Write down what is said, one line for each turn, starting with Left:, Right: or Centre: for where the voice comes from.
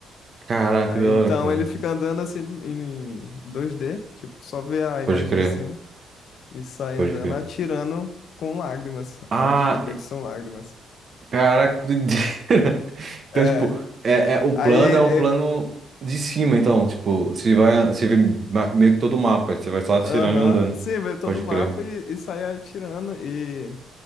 Right: caraca,
Left: Aí
Right: que da
Left: então
Right: hora, cara.
Left: ele fica andando assim em 2D, tipo, só vê a imagem
Right: Pode crer,
Left: de cima e sai
Right: pode
Left: andando
Right: crer.
Left: atirando com lágrimas.
Right: Ah,
Left: Os tiros dele são lágrimas.
Right: caraca, que doideira. <laughs> Então,
Left: É.
Right: tipo, é, é, o plano
Left: Aí, é,
Right: é um plano
Left: é,
Right: de cima, então, tipo, você vai, você vê ma- meio que todo o mapa, você vai só atirando
Left: aham,
Right: e andando.
Left: Sim, veio todo
Right: Pode
Left: o mapa
Right: crer.
Left: e, e sai atirando. E